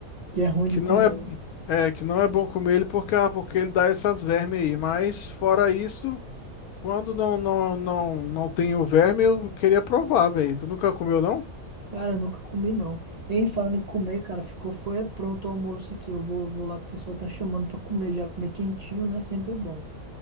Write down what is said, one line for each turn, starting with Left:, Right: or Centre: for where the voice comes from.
Right: E é ruim
Left: que
Right: de comer,
Left: não é,
Right: né?
Left: é, que não é bom comer ele porque, ah, porque ele dá essas vermes aí. Mas fora isso, quando não não não não tem o verme, eu queria provar, velho. Tu nunca comeu, não?
Right: Cara, nunca comi não. Hein, falando em comer, cara, ficou foi pronto o almoço aqui. Eu vou, vou lá que o pessoal tá chamando pra comer já. Comer quentinho, né? Sempre bom.